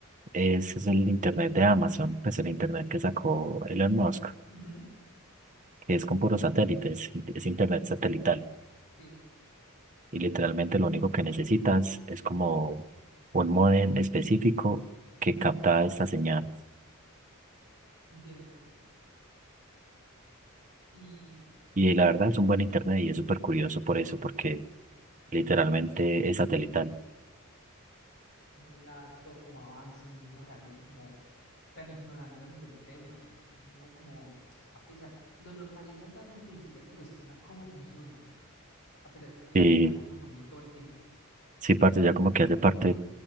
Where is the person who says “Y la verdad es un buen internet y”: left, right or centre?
Right